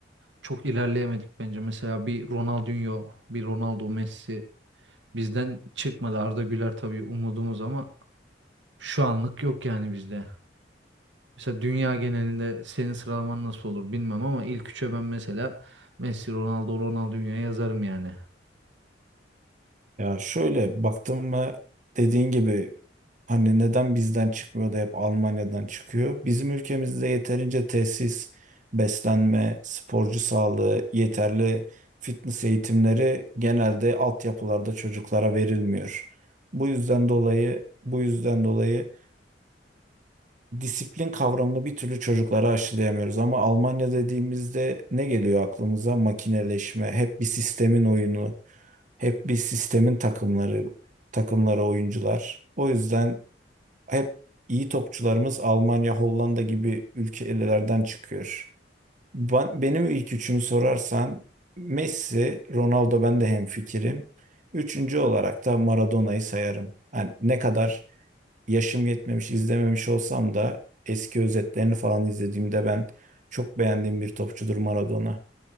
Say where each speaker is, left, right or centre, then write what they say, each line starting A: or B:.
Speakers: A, on the right; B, on the right.
A: çok ilerleyemedik bence. Mesela bir Ronaldinho, bir Ronaldo Messi bizden çıkmadı. Arda Güler tabii umudumuz ama şu anlık yok yani bizde. Mesela dünya genelinde senin sıralaman nasıl olur bilmem ama ilk üçe ben mesela Messi, Ronaldo, Ronaldinho yazarım yani.
B: Ya şöyle baktım mı dediğin gibi hani neden bizden çıkmıyor da hep Almanya'dan çıkıyor? Bizim ülkemizde yeterince tesis, beslenme, sporcu sağlığı, yeterli fitness eğitimleri genelde altyapılarda çocuklara verilmiyor. Bu yüzden dolayı bu yüzden dolayı disiplin kavramını bir türlü çocuklara aşılayamıyoruz. Ama Almanya dediğimizde ne geliyor aklımıza? Makineleşme, hep bir sistemin oyunu, hep bir sistemin takımları, takımları oyuncular. O yüzden hep iyi topçularımız Almanya, Hollanda gibi ülkelerden çıkıyor. Ben, benim ilk üçümü sorarsan Messi, Ronaldo ben de hemfikirim. Üçüncü olarak da Maradona'yı sayarım. Yani ne kadar yaşım yetmemiş, izlememiş olsam da eski özetlerini falan izlediğimde ben çok beğendiğim bir topçudur Maradona.